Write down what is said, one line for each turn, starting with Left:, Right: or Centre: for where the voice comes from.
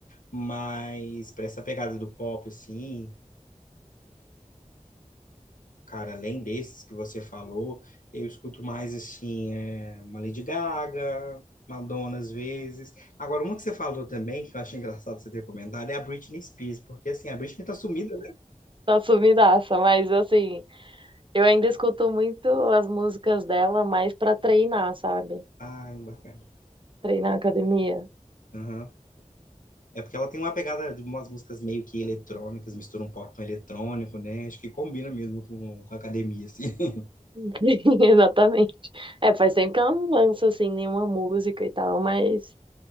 Left: Mas para essa pegada do pop assim, cara, além desses que você falou, eu escuto mais assim é, uma Lady Gaga, Madonna às vezes. Agora uma que você falou também que eu acho engraçado você ter comentado é a Britney Spears, porque assim a Britney tá sumida, né?
Right: Tá sumidaça, mas assim, eu ainda escuto muito as músicas dela mais pra treinar, sabe?
Left: Ai, bacana.
Right: Treinar academia.
Left: Aham. É porque ela tem uma pegada de umas músicas meio que eletrônicas, mistura um pop com eletrônico, né? Acho que combina mesmo com, com a academia, assim. <laughs>
Right: <laughs> Exatamente. É, faz tempo que ela não lança assim nenhuma música e tal, mas